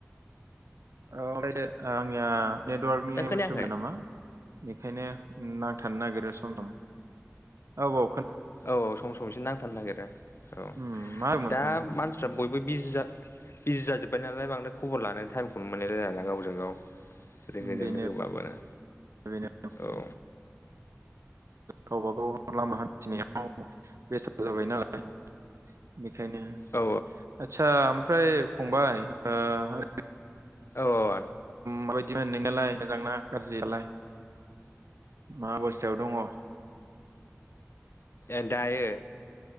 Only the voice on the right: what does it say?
अ <unintelligible> आंनिया। नेटवार्कनि
उ सुबुबिदा नामा। बेखायनो उम थांनो नागिरो समथाम। औ-औ।
उम मा होनोमोन
फंबाय
बेनो
बेनो
गावबा गाव लामा हान्थिनायाव बेसाद जाबाय नालाय बे खायनो
आदसा फ्राय फंबाय ओ
माबायदि मोन नोंनालाय मोजांना गाज्रिालाय। मा अबस्थायाव दङ।